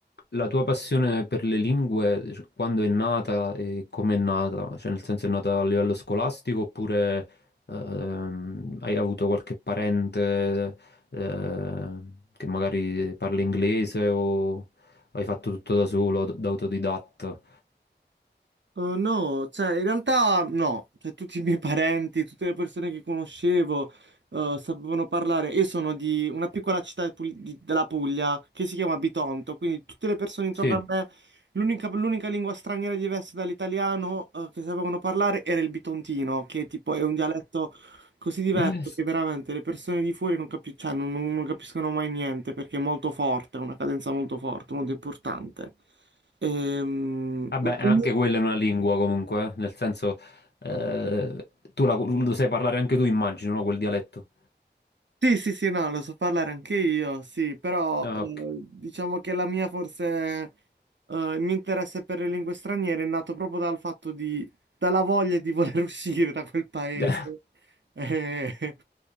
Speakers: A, on the left; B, on the right.
A: La tua passione per le lingue, cioè, quando è nata e come è nata? Cioè, nel senso è nata a livello scolastico oppure ehm, hai avuto qualche parente eh, che magari parla inglese o hai fatto tutto da solo, da autodidatta?
B: Oh, no, cioè in realtà no, cioè, tutti i miei parenti, tutte le persone che conoscevo eh, sapevano parlare. Io sono di una piccola città pul- di- della Puglia che si chiama Bitonto, quindi tutte le persone intorno
A: Sì.
B: a me, l'unica l'unica lingua straniera diversa dall'italiano eh, che sapevano parlare era il bitontino, che tipo è un dialetto così diverso
A: Vabbè,
B: che veramente le persone di fuori non, capi- cioè, non non- non capiscono mai niente perché è molto forte, è una cadenza molto forte, molto importante. Ehm,
A: anche
B: ma tu-
A: quella è una lingua comunque, eh, nel senso eh, tu la- lo sai parlare anche tu, immagino, no? Quel dialetto.
B: Sì, sì, sì, no, lo so parlare anche io, sì, però
A: Ah,
B: eh,
A: ok.
B: diciamo che la mia forse, eh, il mio interesse per le lingue straniere è nato proprio dal fatto di, dalla voglia di voler <laughs> uscire da quel paese.
A: <laughs>
B: Eh,